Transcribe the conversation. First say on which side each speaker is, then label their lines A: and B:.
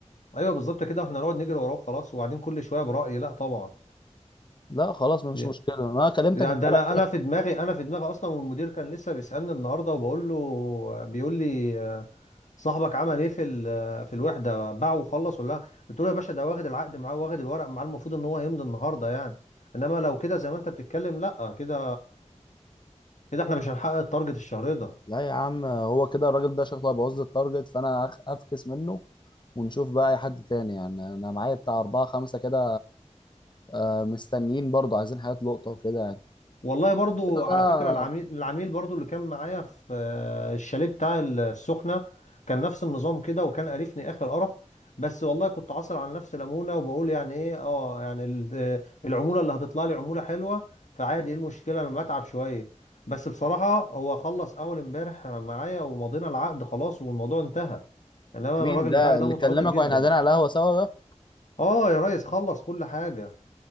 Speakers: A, on the left; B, on the left.
A: ايوه بالظبط كده احنا نقعد نجري وراه خلاص وبعدين كل شويه برايي لا طبعا
B: لا خلاص مفيش
A: يا-
B: مشكله انا كلمتك
A: ده
B: امبارح
A: ده انا
B: كده
A: انا في دماغي انا في دماغي اصلا والمدير كان لسه بيسالني النهارده وبقول له بيقول لي آه، صاحبك عمل ايه في ال- في الوحده باعه وخلص ولا لا قلت له يا باشا ده واخد العقد معاه واخد الورق معاه المفروض ان هو يمضي النهارده يعني انما لو كده زي ما انت بتتكلم لا كده كده احنا مش هنحقق التارجت الشهري ده
B: لا يا عم هو كده الراجل ده شكله هيبوظ لي التارجت فانا هخ- هفكس منه ونشوف بقى اي حد تاني يعني انا معايا بتاع اربعة خمسة كده آه، مستنيين برضو عايزين حاجات لقطة وكده يعني
A: والله برضو
B: كده
A: على
B: بقى
A: فكرة العميل العميل برضو اللي كان معايا في آه، الشاليه بتاع السخنة كان نفس النظام كده وكان قرفني آخر قرف بس والله كنت عاصر على نفسي ليمونة وبقول يعني ايه اه يعني ال- آه، العمولة اللي هتطلع لي عمولة حلوة فعادي ايه المشكلة لما اتعب شوية بس بصراحة هو خلص أول امبارح معايا ومضينا العقد خلاص والموضوع انتهى انما
B: مين
A: الراجل
B: ده
A: بتاعك
B: اللي
A: ده متردد
B: كلمك
A: جدا
B: واحنا قاعدين على القهوة سوا ده
A: اه يا ريس خلص كل حاجة